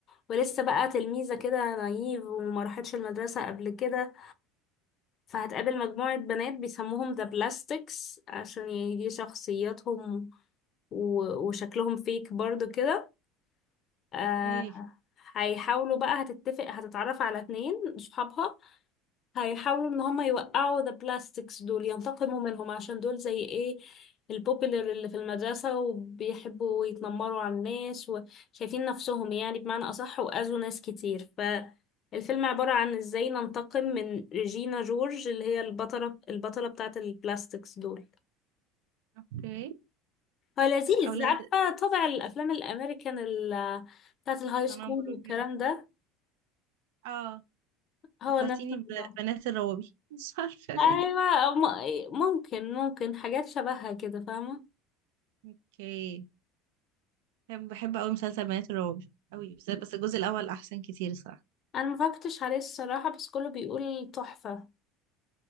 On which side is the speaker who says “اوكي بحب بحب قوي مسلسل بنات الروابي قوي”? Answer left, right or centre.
Right